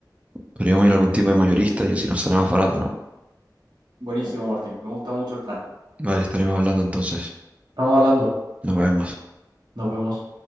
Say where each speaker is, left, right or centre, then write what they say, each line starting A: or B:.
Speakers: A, on the right; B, on the right.
A: podríamos ir a algún tipo de mayorista y así nos sale más barato, ¿no?
B: Buenísimo, Martín, me gusta mucho el plan.
A: Vale, estaremos hablando entonces.
B: Estamos hablando,
A: Nos vemos.
B: nos vemos.